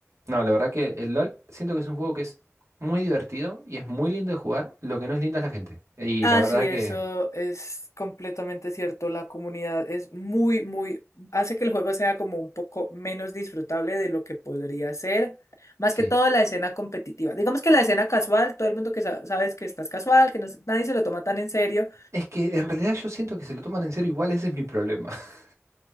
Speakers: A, on the right; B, on the left.
A: no, la verdad que el LOL siento que es un juego que es muy divertido y es muy lindo de jugar. Lo que no es lindo es la gente. Y
B: Ah,
A: la verdad
B: sí, eso
A: que
B: es completamente cierto. La comunidad es muy, muy, hace que el juego sea como un poco menos disfrutable de lo que podría ser. Más
A: sí.
B: que todo la escena competitiva. Digamos que la escena casual, todo el mundo que sa- sabes que estás casual, que no, se- nadie se lo toma tan en serio.
A: Es que en realidad yo siento que se lo toman en serio igual, ese es mi problema. <laughs>